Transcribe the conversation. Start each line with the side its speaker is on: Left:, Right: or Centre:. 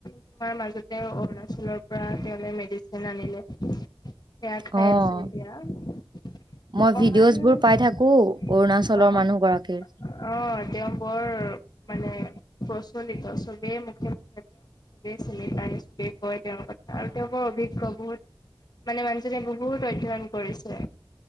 Left: তোমাৰ মাজতে অৰুণাচলৰ পৰা তেওঁলে মেডিচিন আনিলে। সেয়া খাই
Right: অ',
Left: আছে এতিয়া অকমান--অ,
Right: মই ভিডিঅ'জ বোৰ পাই থাকো অৰুণাচলৰ মানুহ গৰাকীৰ।
Left: অ তেওঁ বৰ মানে প্ৰচলিত সবেই মুখে মুখে--সবেই চিনি পায়, সবেই কয় তেওঁৰ কথা আৰু তেওঁ বৰ অভিজ্ঞ বহুত--মানে, মানুহজনে বহুত অধ্যয়ন কৰিছে।